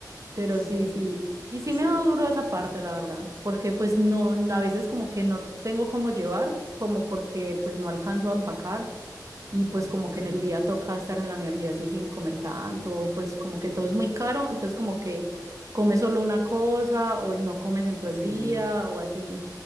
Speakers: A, on the right; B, on the right.
A: pero
B: sí,
A: sí, sí, y sí
B: ese...
A: me ha dado duro esa parte,
B: ujú,
A: la verdad, porque pues no, a veces como que no tengo cómo llevar, como porque pues no alcanzo a empacar, y pues
B: ujú.
A: como que en el día toca estar en la universidad así sin comer tanto, pues como que
B: mm,
A: todo es muy caro, entonces como que comes solo una cosa o no comes en todo
B: Sí.
A: el día o así,